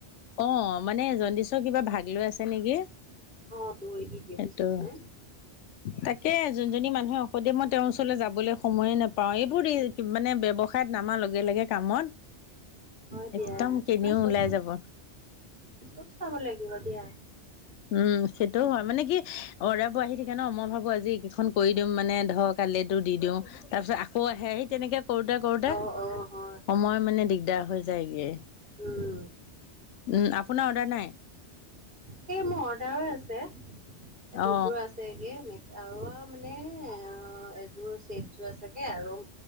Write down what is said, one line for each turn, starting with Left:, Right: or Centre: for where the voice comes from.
Left: অঁ' মানে জণ্ডিচৰ কিবা ভাগ লৈ আছে নেকি
Right: অঁ' দৈ দি দিয়ে
Left: সেইটো
Right: কিছুমানে।
Left: তাকে, যোনজনী মানুহে ঔষধ দিয়ে মই তেওঁৰ ওচৰলৈ যাবলৈ সময়ে নাপাও। এইবোৰ মানে ব্যৱসায়ত নামাৰ লগে লগে কামত
Right: হয় দিয়া
Left: একদম কিনিও
Right: ন চব
Left: ওলাই যাব
Right: চ'ব চাব লাগিব দিয়া।
Left: উমঁ' সেইটোও হয় মানে কি অৰ্দাৰ বোৰ আহি থাকে ন' মই ভাবো আজি এই কেইখন কৰি দিম মানে ধৰক কালিটো দি দিওঁ তাৰপিছত আকৌ আহে সেই তেনেকে কৰোতে কৰোতে
Right: অ অ হয় হয়
Left: সময় মানে দিগদাৰ হৈ যায়গৈ।
Right: উম
Left: উমঁ' আপোনাৰ অৰ্ডাৰ নাই?
Right: সেই মোৰ অৰ্ডাৰ আছে, দুযোৰ
Left: অ
Right: আছে গে মে আৰু মানে অঁ' এযোৰ ছেদযোৰ আছেগে আৰু